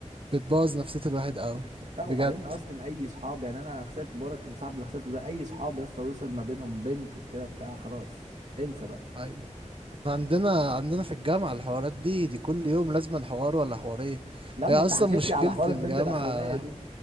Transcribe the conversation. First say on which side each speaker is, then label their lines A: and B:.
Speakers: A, on the right; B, on the right.
A: بتبوظ نفسية الواحد قوي
B: لا
A: بجد
B: وبعدين اصلا اي صحاب يعني انا خسرت بورك صاحب اللي خسرته ده اي صحاب يا اسطى وصل ما بينهم بنت وكده بتاع خلاص انسى بقى
A: ايوه إحنا عندنا عندنا في الجامعة الحوارات دي دي كل يوم لازم حوار ولا حوارين
B: لما
A: هي اصلا
B: انت حكيت
A: مشكلة
B: لي على حوار
A: الجامعة
B: البنت الاخرانيه دي